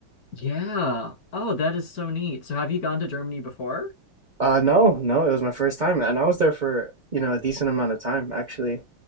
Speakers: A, on the left (about 55°); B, on the right (about 35°).
A: Yeah. Oh, that is so neat. So, have you gone to Germany before?
B: Uh, no, no, it was my first time and I was there for, you know, a decent amount of time actually.